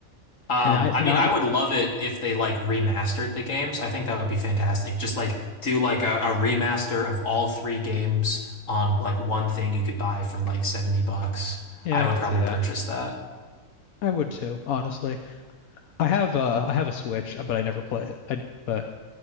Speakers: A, on the left (about 65°); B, on the left (about 85°).
A: Um,
B: And I
A: I
B: and
A: mean,
B: I
A: I would love it if they like remastered the games. I think that would be fantastic. Just like do like a, a remaster of all three games on like one thing you could buy for like 70 bucks.
B: yeah,
A: I
B: I
A: would
B: could
A: probably
B: see that.
A: purchase that.
B: I would too, honestly. I have uh I have a Switch, but I never play it. I but